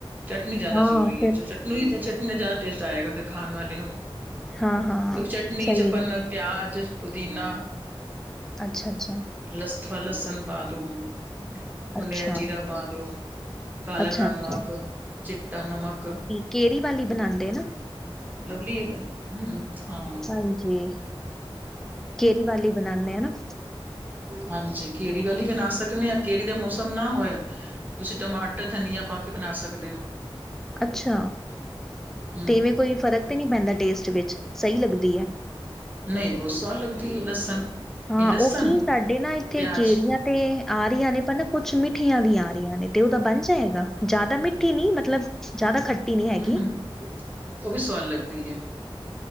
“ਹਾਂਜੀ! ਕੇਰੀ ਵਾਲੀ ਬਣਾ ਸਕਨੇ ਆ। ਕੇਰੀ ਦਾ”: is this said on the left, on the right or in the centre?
Right